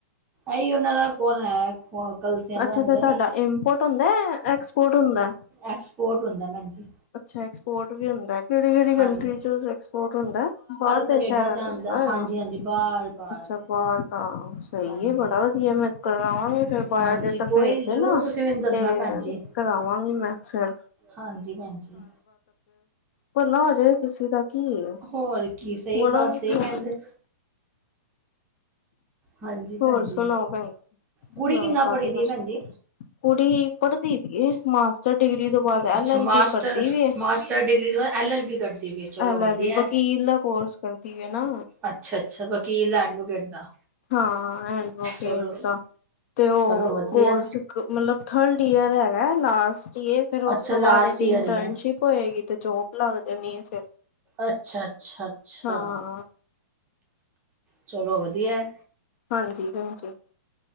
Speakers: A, on the right (about 20°); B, on the left (about 45°).
A: ਇਹੀ ਉਹਨਾਂ ਦਾ ਕੌਣ ਆਯਾ। ਹੋ ਕਲਸਿਆਂ ਦਾ
B: ਅੱਛਾ-ਅੱਛਾ
A: ਹੁੰਦਾ
B: ਤੁਹਾਡਾ
A: ਨੀ।
B: ਇੰਪੋਰਟ ਹੁੰਦਾ ਐਕਸਪੋਰਟ ਹੁੰਦਾ?
A: ਐਕਸਪੋਰਟ ਹੁੰਦਾ ਭੈਣ ਜੀ।
B: ਅੱਛਾ ਐਕਸਪੋਰਟ ਵੀ ਹੁੰਦ ਕਿਹੜੀ-ਕਿਹੜੀ ਕੰਟਰੀ
A: ਹਾਂਜੀ
B: ਚ ਐਸਪੋਰਟ ਹੁੰਦਾ, ਬਾਹਰ
A: ਕਨੇਡਾ
B: ਦੇ ਸ਼ਹਿਰਾਂ
A: ਜਾਂਦਾ
B: ਚ ਹੁੰਦਾ ਹੋਏਗਾ,
A: ਹਾਂਜੀ ਹਾਂਜੀ ਬਾਹਰ ਬਾਹਰ
B: ਅੱਛਾ। ਬਾਰ ਦਾ, ਸਹੀ
A: ਹਾਂਜੀ
B: ਐ ਬੜਾ ਵਧੀਆ, ਮੈਂ ਕਰਵਾਂਗੀ ਫੇਰ ਬਾਇਓ
A: ਹਾਂਜੀ
B: ਡੇਟਾ
A: ਕੋਈ
B: ਭੇਜ
A: ਜ਼ਰੂਰ
B: ਦੇ ਨਾ।
A: ਤੁਸੀਂ ਮੈਨੂੰ ਦੱਸਣਾ
B: ਤੇ
A: ਭੈਣ ਜੀ
B: ਕਰਾਵਾਂਗੀ ਮੈਂ ਫੇਰ
A: ਹਾਂਜੀ ਭੈਣਜੀ
B: ਭਲਾ ਹੋ ਜਾਏ ਕਿਸੇ ਦਾ ਕੀ ਹੈ
A: ਹੋਰ ਕੀ ਸਹੀ
B: ਬੜਾ
A: ਗੱਲ
B: ਮਤਲਬ।
A: ਸਹੀ ਕਹਿੰਦੇ ਹਾਂਜੀ ਭੈਣਜੀ
B: ਹੋਰ ਸੁਣਾਓ ਭੈਣ
A: ਕੁੜੀ
B: ਨਵੀਂ
A: ਕਿੰਨਾ
B: ਤਾਜੀ
A: ਪੜ੍ਹੀ ਦੀ
B: ਕੁਛ
A: ਹੈ ਭੈਣਜੀ
B: ਕੁੜੀ ਪੜ੍ਹਦੀ ਵੀ ਹੈ, ਮਾਸਟਰ ਡਿਗਰੀ ਤੋਂ ਬਾਅਦ ਐਲ
A: ਅੱਛਾ
B: ਐਲ
A: ਮਾਸਟਰ
B: ਬੀ ਕਰਦੀ ਵੀ ਹੈ।
A: ਮਾਸਟਰ ਡਿਗਰੀ ਤੋਂ ਬਾਅਦ ਐਲ ਐਲ ਬੀ ਕਰਦੀ ਪਈ ਚਲੋ
B: ਐਲ
A: ਵਧੀਆ।
B: ਐਲ ਬੀ ਵਕੀਲ ਦਾ ਕੋਰਸ ਕਰਦੀ ਹੈ ਨਾ
A: ਅੱਛਾ-ਅੱਛਾ, ਵਕੀਲ ਐਡਵੋਕੇਟ ਦਾ।
B: ਹਾਂ ਐਡਵੋਕੇਟ
A: ਚਲੋ,
B: ਦਾ ਤੇ ਉਹ
A: ਚਲੋ ਵਧੀਆ।
B: ਕੋਰਸ ਮਤਲਬ ਥਰਡ ਈਅਰ ਹੈਗਾ ਲਾਸਟ ਈਅਰ ਫਿਰ ਉਸ
A: ਅੱਛਾ,
B: ਤੋਂ
A: ਲਾਸਟ
B: ਬਾਅਦ ਇਹਦੀ
A: ਈਅਰ
B: ਇੰਟਰਨਸ਼ਿਪ
A: ਹੀ ਏ।
B: ਹੋਏਗੀ ਤੇ ਜੋਬ ਲੱਗ ਜਾਣੀ ਹੈ ਫਿਰ
A: ਅੱਛਾ, ਅੱਛਾ, ਅੱਛਾ।
B: ਹਾਂ
A: ਚਲੋ ਵਧੀਆ।
B: ਹਾਂਜੀ ਭੈਣਜੀ।